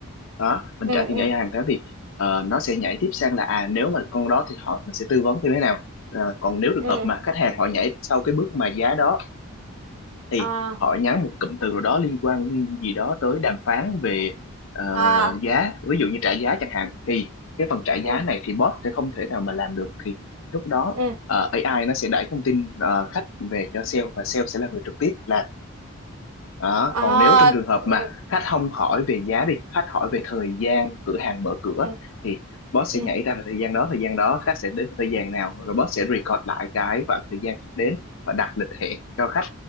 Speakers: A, on the left; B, on the right.
A: đó mình
B: ừ
A: trả tiền
B: ừ
A: AI hàng tháng thì ờ, nó sẽ nhảy tiếp sang là à nếu mà con đó thì họ mình sẽ tư vấn như thế nào Ờ, còn nếu trường
B: ừ
A: hợp mà khách hàng họ nhảy sau cái bước mà giá đó thì
B: à
A: họ nhắn một cụm từ nào đó liên quan gì đó tới đàm phán về ờ,
B: à
A: giá ví dụ như trả giá chẳng hạn thì cái phần trả giá
B: ừ
A: này thì bot sẽ không thể nào mà làm được thì lúc đó
B: ừ
A: ờ, AI nó sẽ đẩy thông tin ờ, khách về cho sale và sale sẽ là người trực tiếp là đó.
B: à
A: còn nếu trong trường hợp
B: ừ
A: mà khách không hỏi về giá đi khách hỏi về thời gian cửa hàng mở cửa
B: ừ
A: thì boss
B: ừ
A: sẽ nhảy ra vào thời gian đó thời gian đó khách sẽ đến vào thời gian nào rồi boss sẽ record lại cái khoảng thời gian khách đến và đặt lịch hẹn cho khách